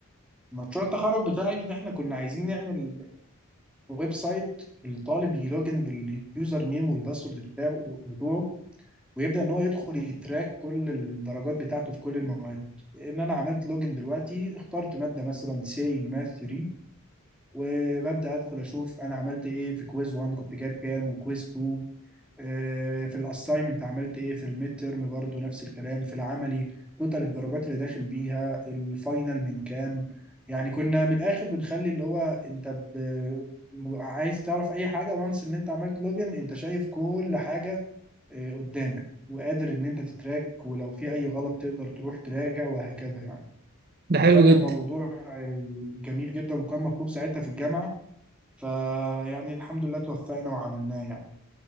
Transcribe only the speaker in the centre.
مشروع التخرج بتاعي ان احنا كنا عايزين نعمل ويب سايت الطالب يلوجن باليوزر نيم والباسورد بتاعه بتوعه ويبدا ان هو يدخل يتراك كل الدرجات بتاعته في كل المواد ان انا عملت لوجن دلوقتي اخترت ماده مثلا سي ماث 3 وببدا ادخل اشوف انا عملت ايه في كويز 1 كنت جايب كام وكويز 2 آه، في الاساينمنت عملت ايه في الميد تيرم برضو نفس الكلام في العملي توتال الدرجات اللي داخل بيها الفاينل من كام يعني كنا من الاخر بنخلي اللي هو انت ب... م- عايز تعرف اي حاجه وانس ان انت عملت لوجن انت شايف كل حاجه آه، قدامك وقادر ان انت تتراك ولو في اي غلط تقدر تروح تراجع وهكذا يعني
فكان الموضوع
آه، جميل جدا وكان مطلوب ساعتها في الجامعه فيعني الحمد لله توفقنا وعملناه يعني